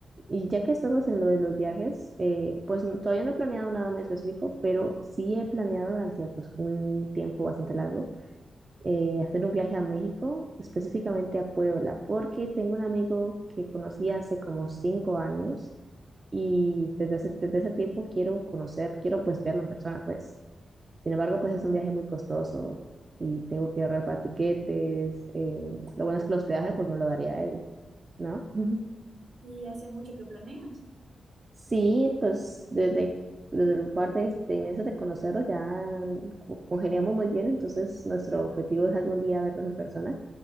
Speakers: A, on the right; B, on the right.
A: Y ya que estamos en lo de los viajes, eh, pues n- todavía no he planeado nada muy específico, pero sí he planeado durante pues, un tiempo bastante largo eh, hacer un viaje a México, específicamente a Puebla, porque tengo un amigo que conocí hace como cinco años y desde ese, desde ese tiempo quiero conocer, quiero pues verlo en persona, pues. Sin embargo, pues es un viaje muy costoso y tengo que ahorrar para tiquetes. eh, lo bueno es que el hospedaje pues me lo daría él, ¿no? <laughs>
B: ¿Y hace mucho que planeas?
A: Sí, pues desde, desde el par de, de meses de conocerlos ya co- congeniamos muy bien, entonces nuestro objetivo es algún día vernos en persona.